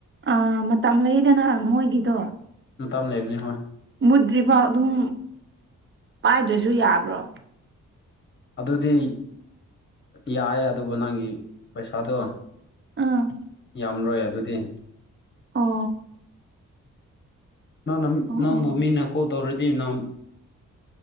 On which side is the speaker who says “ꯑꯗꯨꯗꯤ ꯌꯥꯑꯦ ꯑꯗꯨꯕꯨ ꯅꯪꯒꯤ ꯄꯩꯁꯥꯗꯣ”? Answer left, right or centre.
Left